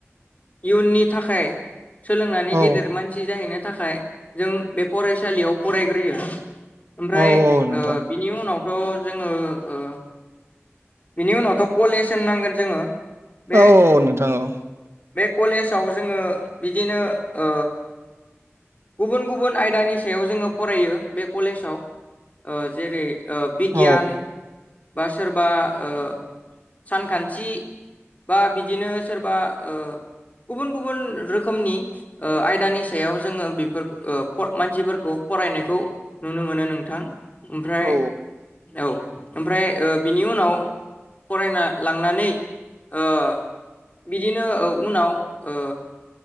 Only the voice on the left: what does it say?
इयुननि थाखाय। सोलोंनानै
गेदेर मानसि जाहैनो थाखाय जों बे फरायसालियाव फरायग्रोयो। ओमफ्राय
ओ बिनि उनावथ थ जोङो ओ। बिनि उनावथ कलेज होन नांगोन जोङो। बे
कलेजाव जोङो बिदिनो ओ गुबुन गुबुन आयदानि सायाव जोङो फरायो बे कलेजाव ओ जेरै ओ बिगियान
बा सोरबा ओ सानखान्थि बा बिदिनो सोरबा ओ गुबुन गुबुन रोखोमनि ओ आयदानि सायाव जोङो बेफोर फ ओ मानसिफोरखौ फरायनायखौ नुनो मोनो नोंथां ओमफ्राय
औ ओमफ्राय ओ बिनि उनाव फरायना लांनानै ओ बिदिनो ओ उनाव ओ